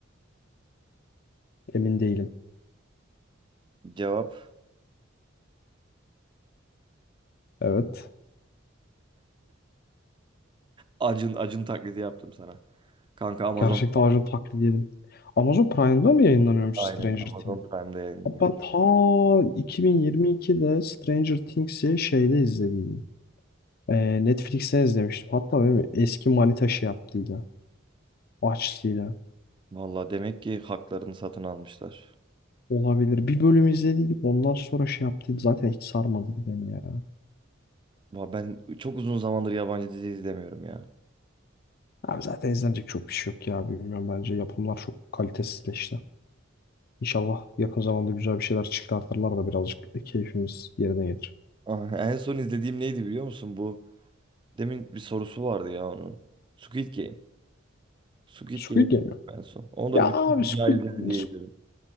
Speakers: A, on the left; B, on the right.
A: emin değilim.
B: Cevap
A: Evet.
B: Acun Acun taklidi yaptım sana. Kanka Amazon
A: Gerçekten ağacın taklidi yedim. Amazon Prime'da mı yayınlanıyormuş
B: aynen
A: Stranger
B: Amazon
A: Things?
B: Prime'da yayınlanıyor.
A: Abi Ben ta 2022'de Stranger Things'i şeyde izlediydim. Ee, Netflix'ten izlemiştim. Hatta benim eski manita şey yaptıydı. Açtıydı.
B: Valla demek ki haklarını satın almışlar.
A: Olabilir. Bir bölüm izlediydik. Ondan sonra şey yaptıydı. Zaten hiç sarmadı beni ya.
B: Va ben çok uzun zamandır yabancı dizi izlemiyorum ya.
A: Abi zaten izlenecek çok bir şey yok ya. Bilmiyorum bence. Yapımlar çok kalitesizleşti. İnşallah yakın zamanda güzel bir şeyler çıkartırlar da birazcık keyfimiz yerine gelir.
B: Ah, En son izlediğim neydi biliyor musun? Bu demin bir sorusu vardı ya onun. Squid Game. Squid
A: Squid
B: Game'i izledim
A: Game mi?
B: en son. Onu da
A: Ya
B: bütün
A: abi
B: dünya
A: Squid,
B: izledi diye
A: Squid-
B: izledim.